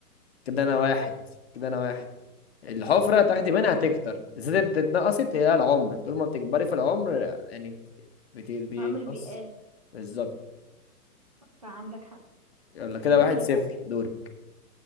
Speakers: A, on the left (about 40°); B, on the right (about 25°).
A: كده
B: مش
A: انا
B: الحفرة
A: واحد كده انا واحد الحفره
B: خسارة
A: تاخدي منها تكتر زادت اتنقصت هي العمر طول ما بتكبري في العمر يعني بت- بينقص
B: عمرو بيقال
A: بالظبط
B: صح عندك حق
A: يلا كده
B: دوري
A: واحد صفر
B: بقى
A: دوري